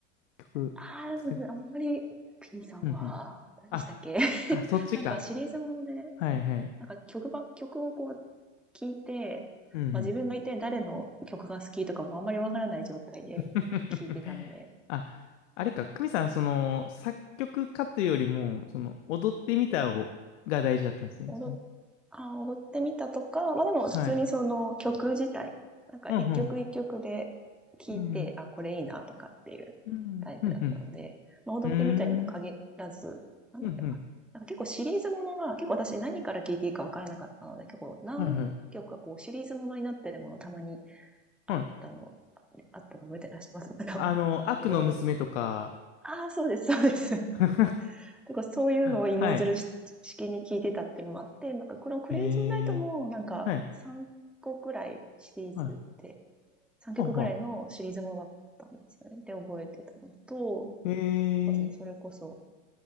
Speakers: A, on the left; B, in the centre.
A: 曲作っ、
B: ああ、そうそうあんまり、P さんは、
A: うん、うん。
B: 何でしたっけ
A: あ、
B: <laughs>
A: あ、そっちか。
B: なんかシリーズもので、
A: はいはい。
B: そうなんか曲ば、曲をこう聴いて、
A: うんうん。
B: まあ自分が一体誰の曲が好きとかもあんまりわからない状態で聴いてたので、
A: <laughs> あ、あれか、
B: えー
A: 久美さん、その、作曲家というよりも、その、踊ってみたをが大事だったんですね。
B: おど
A: その
B: あ踊ってみたとか、まあでも普通にその曲自体、
A: はい。
B: なんか一曲一曲で聴いて、
A: うん、うん。うん、
B: あ、これいいなとかっていうタイプだったので、
A: うん、うん。
B: まあ踊ってみたにも限らず、
A: うーん、
B: なんだったかな。
A: うん、うん。
B: なんか結構シリーズものが、結構私何から聴いていいかわからなかったので、結構何曲かこうシリーズものになってるものたまに
A: はい、はい。はい。
B: あったの、あったの覚えてらっしゃいますなんかあったんですけど、
A: あの、悪の娘とか。
B: ああ、そうです、そうです。
A: <laughs>
B: とかそういうのを芋づる式に聞いてたっていうのもあって、
A: はい。
B: なんかこのクレイジーナイトもなんか3個くらいシリーズって、
A: えー、はい。はい。
B: 3曲くくらいのシリーズものだったんですよね。
A: ほうほ
B: で、覚えてたのと、
A: う。えー、
B: そうですね、それこそ、